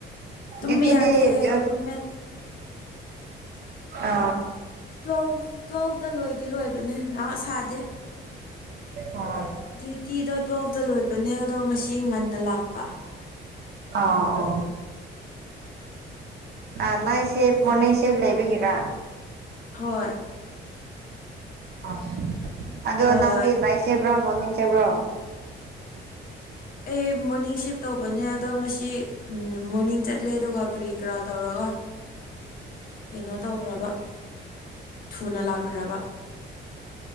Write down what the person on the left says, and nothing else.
ꯇꯨꯝꯕ
ꯌꯥꯗꯦ ꯔꯨꯝꯃꯦꯠ
ꯇ꯭ꯋꯦꯜ ꯇꯨꯋꯦꯜꯐꯇ ꯂꯣꯏꯗꯤ ꯂꯣꯏꯕꯅꯦ ꯌꯥꯝ ꯁꯥꯗꯦ
ꯗ꯭ꯌꯨꯇꯤꯗꯣ ꯇꯨꯋꯦꯜꯐꯇ ꯂꯣꯏꯕꯅꯦ ꯑꯗꯣ ꯉꯁꯤ ꯉꯟꯅ ꯂꯥꯛꯄ
ꯑꯗꯨꯒꯤ
ꯍꯣꯏ
ꯑꯩ
ꯑꯩ ꯃꯣꯔꯅꯤꯡ ꯁꯤꯐ ꯇꯧꯕꯅꯦ ꯑꯗꯣ ꯉꯁꯤ ꯃꯣꯔꯅꯤꯡ ꯆꯠꯂꯦ ꯑꯗꯨꯒ ꯀꯔꯤ ꯀꯔꯥ ꯇꯧꯔꯒ ꯀꯩꯅꯣ ꯇꯧꯈ꯭ꯔꯕ ꯊꯨꯅ ꯂꯥꯛꯈ꯭ꯔꯕ